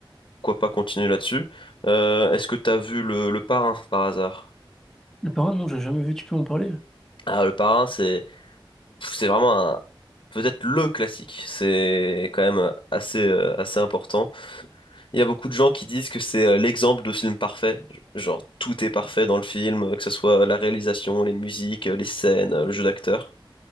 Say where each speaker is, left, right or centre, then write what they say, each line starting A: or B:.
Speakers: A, on the left; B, in the centre.
A: Pourquoi pas continuer là-dessus. Euh, est-ce que t'as vu le, le Parrain par hasard?
B: Le Parrain, non, j'ai jamais vu, tu peux en parler.
A: Ah, le Parrain, c'est c'est vraiment un peut-être le classique. C'est quand même assez euh, assez important. Il y a beaucoup de gens qui disent que c'est euh, l'exemple de film parfait. Genre tout est parfait dans le film, euh, que ce soit la réalisation, les musiques, euh, les scènes, euh, le jeu d'acteur.